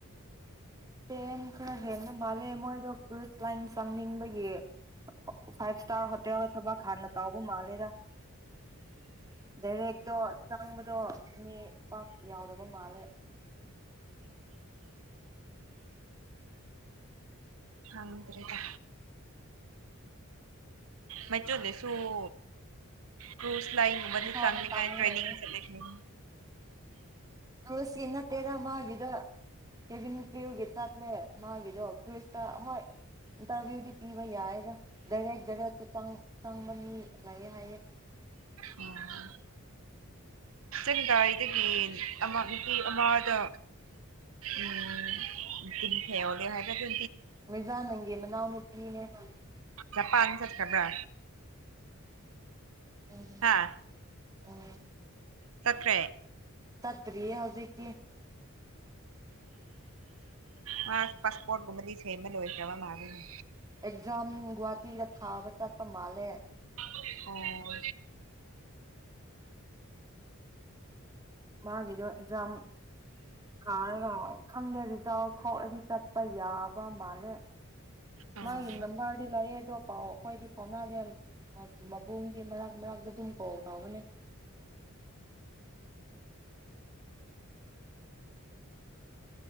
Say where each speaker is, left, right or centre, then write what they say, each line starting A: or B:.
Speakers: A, on the right; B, on the right.
A: ꯇꯦꯟ ꯈꯔ ꯍꯦꯟꯕ ꯃꯥꯜꯂꯦ ꯃꯣꯏꯗꯣ ꯀ꯭ꯔꯨꯖ ꯂꯥꯏꯟ ꯆꯪꯅꯤꯡꯕꯒꯤ ꯐꯥꯏꯚ ꯏꯁꯇꯥꯔ ꯍꯣꯇꯦꯜꯗ ꯊꯕꯛ ꯍꯥꯟꯅ ꯇꯥꯎꯕ ꯃꯥꯜꯂꯦꯗ ꯗꯥꯏꯔꯦꯛꯇꯣ ꯆꯪꯕꯗꯣ ꯃꯤ ꯌꯥꯎꯗꯕꯣ ꯃꯥꯂꯦ
B: ꯊꯗ꯭ꯔꯦꯗ ꯃꯆꯨꯗꯁꯨꯣ ꯀ ꯂꯥꯏꯟ ꯃ
A: ꯏꯝꯐꯥꯜꯗ
B: ꯆꯥꯡꯂꯤꯥꯏ
A: ꯇꯝꯃꯦ
B: ꯇ꯭ꯔꯦꯅꯤꯡ
A: ꯍꯥꯏꯌꯦ
B: ꯆ ꯂꯩ ꯎ
A: ꯀꯁꯤ ꯏꯅ ꯇꯦꯔꯃ ꯍꯥꯏꯒꯗ ꯀꯦꯕꯤꯤꯟ ꯄ꯭ꯤꯌ ꯒꯤꯦꯠꯇꯠꯂꯦ ꯃꯥꯒꯤꯗꯣ ꯀꯁꯇ ꯍꯣꯏ ꯏꯟꯇꯔꯚꯤꯌꯨꯗꯤ ꯄꯤꯕ ꯌꯥꯏꯦꯗ ꯗꯥꯏꯔꯦꯛ ꯗꯥꯏꯔꯦ ꯆꯪꯕ ꯃꯤ ꯂꯩꯑꯦ ꯍꯥꯏꯌꯦꯦ
B: ꯎꯝ ꯆꯪꯗꯥꯏꯗꯒꯤ ꯅꯨꯄꯤ ꯑꯃꯗ ꯎꯝ ꯇꯤꯟꯊꯩꯍꯣꯜꯂꯦ ꯍꯥꯏꯔ ꯑꯗꯨ
A: ꯃꯖꯥ ꯅꯪꯒꯤ ꯃꯅꯥꯑꯣꯅꯨꯄꯤ ꯃꯤꯅꯦ ꯍ
B: ꯆꯖꯄꯥꯟ ꯆꯈ꯭ꯔꯕ꯭ꯔꯥ
A: ꯎꯝ
B: ꯍꯥꯥ
A: ꯎꯝ
B: ꯆꯈ꯭ꯔꯦ
A: ꯇꯠꯇꯔꯤꯌꯦ ꯍꯧꯖꯤꯛꯀꯤ
B: ꯎ ꯃꯥ ꯄꯥꯁꯄꯣꯔꯠ꯭ ꯀꯨꯝꯕꯗꯤ ꯁꯦꯝꯕꯥ ꯂꯣꯏꯈꯔ꯭ꯕ ꯃꯜꯂꯤꯅꯦ
A: ꯑꯦꯛꯖꯥꯝ ꯒꯨꯍꯥꯇꯤꯗ ꯊꯥꯕ ꯆꯠꯄ ꯃꯥꯜꯂꯦ
B: ꯑꯣ
A: ꯃꯥꯒꯤꯗꯣ ꯑꯦꯛꯖꯥꯝ ꯊꯥꯔꯒ ꯈꯪꯗꯦ ꯔꯤꯖꯗꯥꯥꯎ ꯊꯣꯛꯂꯗꯤ ꯆꯠꯄ ꯌꯥꯕ ꯃꯥꯜꯂꯦ
B: ꯑꯣ
A: ꯃꯥꯒꯤ ꯅꯝꯕꯔꯗꯤ ꯂꯩꯑ ꯑꯗꯣ ꯄꯥꯎ ꯑꯩꯈꯣꯏꯗꯤ ꯐꯥꯎꯅꯅꯦ ꯃꯕꯨꯡꯗꯤ ꯃꯔꯛ ꯃꯔꯛꯇ ꯑꯗꯨꯝ ꯀꯣꯜ ꯇꯧꯔꯅꯤ